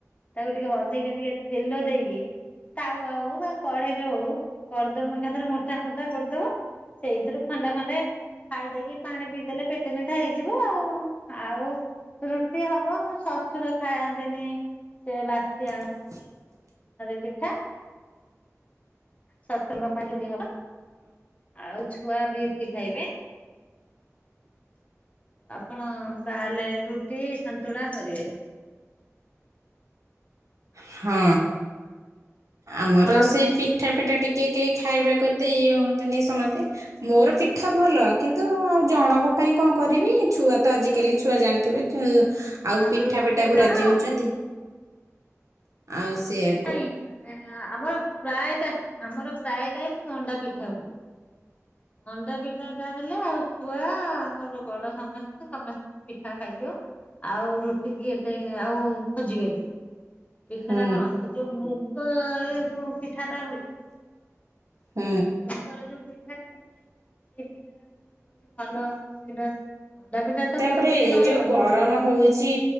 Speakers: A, on the left (about 25°); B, on the right (about 75°).
A: ତାକୁ ଟିକେ ଅଧିକା ଟିକେ ତେଲ ଦେଇକି ତାୱା ହଉ ବା କଢେଇରେ ହଉ କରିଦମ ଏକାଥରେ ମୋଟା ମୋଟା କରିଦବ ସେଇଥିରୁ ଖଣ୍ଡେ ଖଣ୍ଡେ ଖାଇଦେଇକି ପାଣି ପିଇଦେଲେ ପେଟ ନେଖା ହେଇଯିବ ଆଉ ଆଉ ରୁଟି ହବ ମୋ ଶ୍ୱଶୁର ଖାଆନ୍ତିନି ସେ ବାସି ଆଣ।
B: <inaudible>
A: ପିଠା ଶଶୁଙ୍କ ପାଇଁ ରୁଟି ହବ। ଆଉ ଛୁଆ ବି ରୁଟି ଖାଇବେ। ଆପଣ ତାହାଲେ ରୁଟି ସନ୍ତୁଳା କରିବେ।
B: ହଁ ଆମର
A: ଆପଣ
B: ସେଇ ପିଠା ପିଠା ଟିକେ କେହି ଖାଇବାକ ଏତେ ଇଏ ହୁଅନ୍ତନି ସମସ୍ତେ ମୋର ପିଠା ଭଲ। କିନ୍ତୁ ଜଣଙ୍କ ପାଇଁ କଣ କରିବି ଛୁଆ ତ ଆଜିକାଲି ଛୁଆ ଜାଣିଥିବେ। ଆଉ ପିଠା
A: ଯୋଉ
B: ପିଠା
A: କେତେ
B: କୁ ରାଜି
A: ନାଇଁ
B: ହଉଛନ୍ତି। ଆଉ ସେୟା
A: ନାଇଁ ଆମର ପ୍ରାୟଟ ଆମର ପ୍ରାୟ ଟାଇମ୍ ମଣ୍ଡା ପିଠା ହୁଏ। ମଣ୍ଡାପିଠା ଟା ହେଲେ ଆଉ ଛୁଆ ଆମର ବଡ ସମସ୍ତେ ସମସ୍ତେ ପିଠା ଖାଇଦଉ ଆଉ ରୁଟି କି ଏତେ ଆଉ ଖୋଜିବେନି। ପିଠା
B: ହୁଁ
A: ଟା କଣ ସେ ଯୋଉ ମୁଗରେ ଯୋଉ ପିଠା ଟା ହୁଏ।
B: ହୁଁ।
A: ଯୋଉ ପିଠା ଟା ହୁଏ ସେଇ ପିଠା ଟାକୁ କୁହନ୍ତି ଭଲ ସେଇଟା ମଣ୍ଡା ପିଠା। ତ
B: ତାପରେ
A: ବହୁତ ଦିନ
B: ଏଇ
A: ରହିବନି
B: ଯୋଉ ଗରମ ହଉଛି